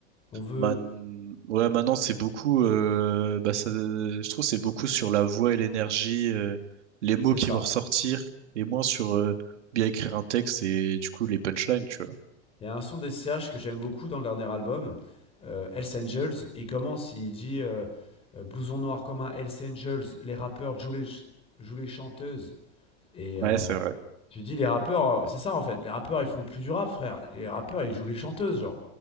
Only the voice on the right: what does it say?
Man... Ouais, maintenant, c'est beaucoup. euh, Bah, ça... Je trouve que c'est beaucoup sur la voix et l'énergie, euh, les mots
qui
vont ressortir, et moins sur euh, bien écrire un texte et du coup les punchlines, tu vois.
Ouais,
c'est vrai.